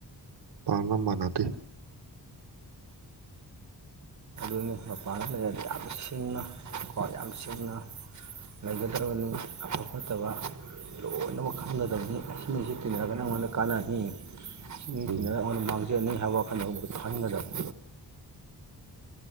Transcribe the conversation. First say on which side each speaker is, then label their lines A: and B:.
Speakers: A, on the right; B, on the right.
A: ꯄꯥꯝꯕ ꯃꯥꯟꯅꯗꯦ
B: ꯗꯨꯅꯤ ꯃꯄꯥꯟꯗ ꯂꯩꯔꯗꯤ ꯌꯥꯝ ꯁꯤꯡꯅ ꯀꯣ ꯌꯥꯝ ꯁꯤꯡꯅ ꯂꯩꯒꯗꯕꯅꯤ ꯐꯕ ꯐꯠꯇꯕ ꯂꯣꯏꯅꯃꯛ ꯈꯪꯒꯗꯕꯅꯤ ꯑꯁꯤꯅ ꯁꯤ ꯇꯤꯟꯅꯔꯛꯄꯅ ꯑꯪꯉꯣꯟꯗ ꯀꯥꯟꯅꯔꯛꯒꯅꯤ ꯃꯤ
A: ꯎꯝ
B: ꯇꯤꯟꯅꯔꯒ ꯑꯩꯉꯣꯟꯗ ꯃꯥꯡꯖꯅꯤ ꯍꯥꯏꯕ ꯋꯥꯈꯜꯗ ꯈꯟꯒꯗꯕꯅꯤ